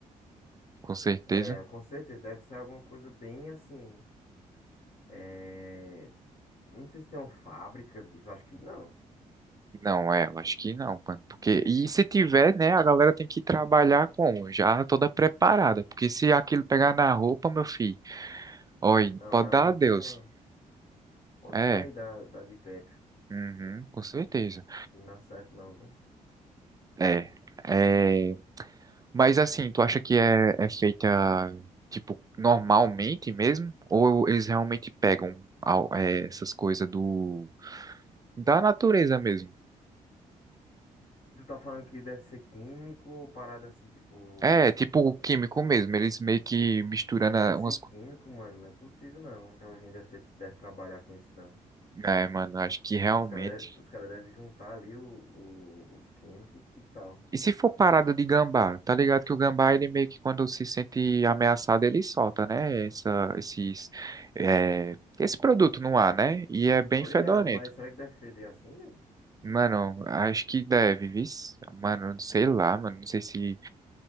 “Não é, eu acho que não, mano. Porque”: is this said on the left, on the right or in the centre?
Right